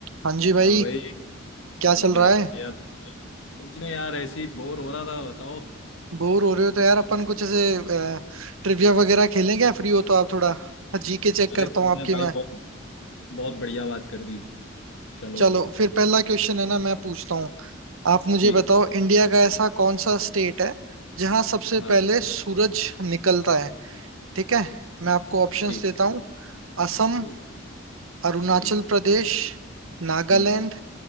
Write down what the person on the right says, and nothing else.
हाँ जी भाई
क्या
चल
रहा है
बोर हो रहे हो तो यार अपन कुछ ऐसे ट्रिविया वगैरह खेलें क्या फ्री हो तो आप थोड़ा जीके चेक
करता
हूँ आपकी
मैं
चलो
फिर पहला क्वेश्चन है ना मैं पूछता हूँ आप मुझे
बताओ इंडिया का ऐसा कौन सा स्टेट है जहाँ सबसे
पहले सूरज निकलता है ठीक है मैं
आपको ऑप्शंस
देता हूँ असम
अरुणाचल
प्रदेश नागालैंड